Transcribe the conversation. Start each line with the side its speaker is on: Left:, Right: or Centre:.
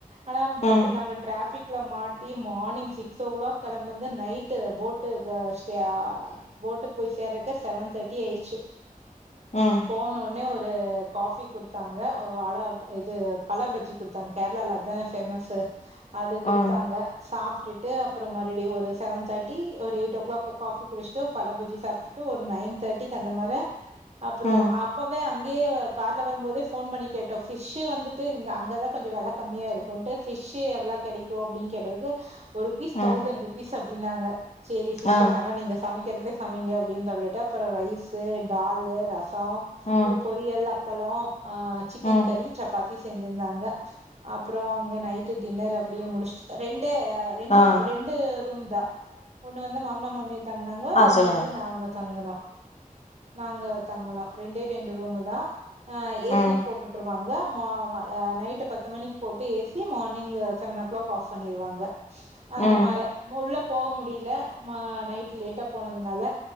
Right: ஆனா
Left: ம்
Right: பட் நாங்க ட்ராஃபிக்ல மாட் டி மானிங் சிக்ஸ் ஓ கிளாக் கெளம் வந்து நைட்டு போட்டு க ஷ போட்டுக் போய் சேர்றக்கே செவன் தெர்ட்டி ஆயிடுச்சு
Left: ம்
Right: போன உடனே ஒரு காஃபி குடுத்தாங்க அழ இது பழ பஜ்ஜி கொடுத் தாங் கேரளால அதான ஃபேமஸு அது
Left: ம்
Right: குடுத்தாங்க சாப்ட்டுட்டு அப்புறமா ரெடி ஒரு செவன் தேர்ட்டி ஒரு எயிட் ஓ கிளாக் காஃபி குடிச்ட்டு பழ பஜ்ஜி சாப்ட்டுட்டு ஒரு நைன் தேர்டி திக்கு அந்த மார அப்புற
Left: ம்
Right: அப்பவே அங்கேயே கார்ல வரும்போதே போன் பண்ணி கேட்டோ ஃபிஷ்ஷூ வந்துட்டு இங்க அங்கதா கொஞ்ச வெல கம்மியா இருக்குனுட்டு பிஷ்ஷு எவ்ளோ கிடைக்கு அப்டினு கேட்டதுக்கு ஒரு பி
Left: ம்
Right: தௌசண்ட் ருபீஸ் அப்டினாங்க சேரி பிஷ்
Left: ஆ
Right: வேணா நீங்க சமைக்கிறதே சமைங்க அப்டின் சொல்லி த அப்புற ரைஸ்ஸு டாலு ரசோ
Left: ம்
Right: ஒரு பொரியல் அப்பள அ சிக்கன்
Left: ம்
Right: கறி சப்பாத்தி செஞ்சிருந்தாங்க அப்புற அங்க நைட்டு டின்னர் அப்டியே முடிச்ட்டு ரெண்டு ரெண்டு
Left: ஆ
Right: ரெண்டு ரூம் தா ஒண்ணு வந்து மாமனா மாமியா தங்குனாங்க
Left: ஆ
Right: ஒண்ணு
Left: சொல்லுங்க
Right: வந்து நாங்க தங்குனோ நாங்க தங்கனோ ரெண்டே ரெண்டு ரூமு தா அ ஏசி
Left: ம்
Right: போட்டு ருவாங்க மா வ அ நைட்டு பத்து மணிக் போட்டு ஏசி மானிங் செவன் ஓ கிளாக் ஆஃப் பண்ணிருவாங்க அந்த
Left: ம்
Right: மார உள்ள போக முடியில ம நைட் லேட்டா போனதுனால